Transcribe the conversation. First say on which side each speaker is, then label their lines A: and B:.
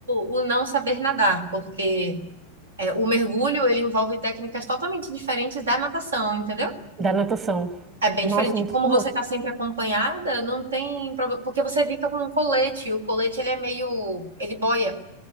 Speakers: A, on the right; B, on the right.
A: o não saber nadar, porque é, o mergulho ele envolve técnicas totalmente diferentes da natação, entendeu?
B: da natação.
A: É bem
B: Nossa,
A: diferente.
B: é muito
A: E Como
B: louco.
A: você tá sempre acompanhada, não tem problema, porque você fica com um colete, e o colete ele é meio, ele boia.